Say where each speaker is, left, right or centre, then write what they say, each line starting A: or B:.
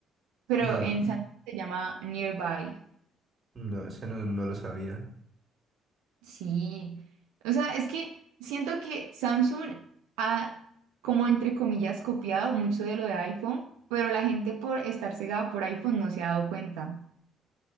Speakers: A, on the right; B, on the right.
A: pero
B: No,
A: en Samsung se llama Nearby.
B: no, ese no, no lo sabía.
A: Sí, o sea, es que siento que Samsung ha, como entre comillas, copiado mucho de lo de iPhone, pero la gente por estar cegada por iPhone no se ha dado cuenta.